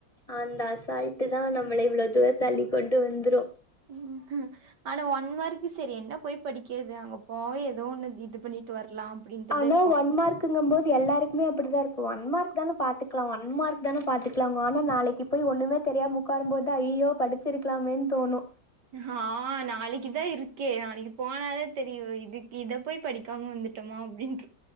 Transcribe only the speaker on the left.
அந்த அசால்ட்டு தான் நம்மள இவ்வளவு தூரம் தள்ளிக்க கொண்டு வந்துரும்
ஆனா
ஒன் மார்க்குங்கும் போது எல்லாருக்குமே அப்படிதான் இருக்கும் ஒன் மார்க் தான பாத்துக்கலாம் ஒன்மா்கக்கு தானே பாத்துக்கலாங் ஆனா நாளைக்கு போய் ஒண்ணுமே தெரியா உட்காரரும் போது ஐய்யய்யோ படிச்சிருக்கலாமோனு தோணும்